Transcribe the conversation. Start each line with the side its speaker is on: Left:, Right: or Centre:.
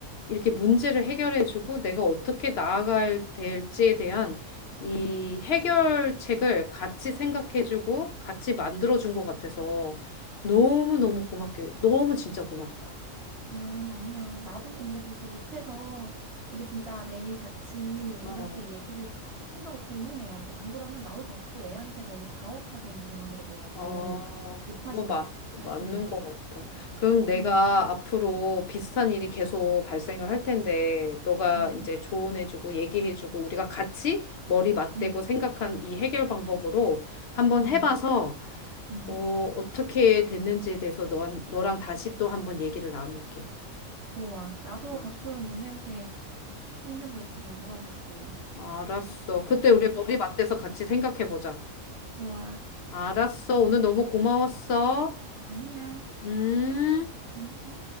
Left: 이렇게 문제를 해결해주고 내가 어떻게 나아갈 될지에 대한 이 해결책을 같이 생각해주고 같이 만들어준 것 같아서 너무너무 고맙게, 너무 진짜 고맙다.
Right: 아, 아니야. 나도 근데 그렇게 못해서 우리 진짜 매일 같이
Left: 어.
Right: 이렇게 얘기를 통- 생각을 공유해야 돼. 안 그러면 나도 자꾸 애한테 너무 가혹하게 행동하게 되더라고.
Left: 아,
Right: 높아심이
Left: 그거 마, 맞는
Right: 작동해서.
Left: 것 같아. 그럼 내가
Right: 음,
Left: 앞으로
Right: 음,
Left: 비슷한 일이 계속 발생을 할 텐데, 너가
Right: 음,
Left: 이제 조언해주고 얘기해주고, 우리가 같이 머리 맞대고
Right: 음,
Left: 생각한 이 해결 방법으로 한번
Right: 음.
Left: 해봐서,
Right: 음.
Left: 어, 어떻게 됐는지에 대해서 너한, 너랑 다시 또 한번 얘기를 나눌게.
Right: 좋아. 나도
Left: 어,
Right: 가끔 언니한테 힘든 거 있으면 물어볼게.
Left: 알았어.
Right: 같이 얘기해줘.
Left: 그때 우리 머리 맞대서 같이 생각해보자.
Right: 좋아.
Left: 알았어. 오늘 너무 고마웠어.
Right: 아니야.
Left: 음.
Right: 음.